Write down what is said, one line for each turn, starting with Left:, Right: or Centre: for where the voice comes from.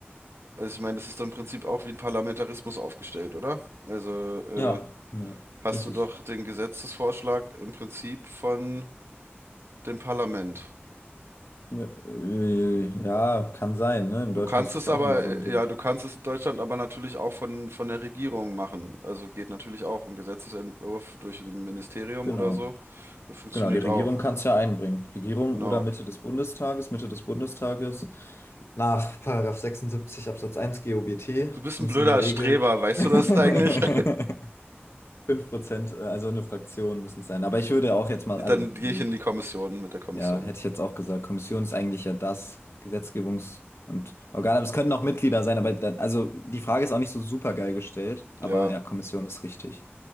Right: Also ich meine, das ist dann im Prinzip auch wie ein Parlamentarismus aufgestellt, oder? Also äh,
Left: Ja, ja,
Right: hast
Left: ist
Right: du
Left: es.
Right: doch den Gesetzesvorschlag im Prinzip von dem Parlament.
Left: Ja, äh, ja, kann sein, ne? In
Right: Du
Left: Deutschland
Right: kannst
Left: ist das
Right: es
Left: ja
Right: aber,
Left: auch immer so ein
Right: äh,
Left: Ding.
Right: ja, du kannst es in Deutschland aber natürlich auch von, von der Regierung machen. Also geht natürlich auch ein Gesetzesentwurf durch ein Ministerium
Left: Genau.
Right: oder so. Funktioniert
Left: Genau, die Regierung
Right: auch.
Left: kann es ja einbringen. Regierung
Right: Genau.
Left: oder Mitte des Bundestages, Mitte des Bundestages. Nach Paragraph 76 Absatz 1 GOBT
Right: Du bist
Left: sind
Right: ein blöder
Left: es in der Regel.
Right: Streber, weißt
Left: <laughs>
Right: du das eigentlich? <laughs>
Left: 5%, äh, also eine Fraktion müssen es sein. Aber ich würde auch jetzt mal,
Right: Dann
Left: also,
Right: gehe
Left: ne,
Right: ich in die Kommission mit der Kommission.
Left: ja, hätte ich jetzt auch gesagt, Kommission ist eigentlich ja das Gesetzgebungs- und Organ, aber es können auch Mitglieder sein, aber dann, also die Frage ist auch nicht so super geil gestellt,
Right: Ja,
Left: aber ja, Kommission ist richtig.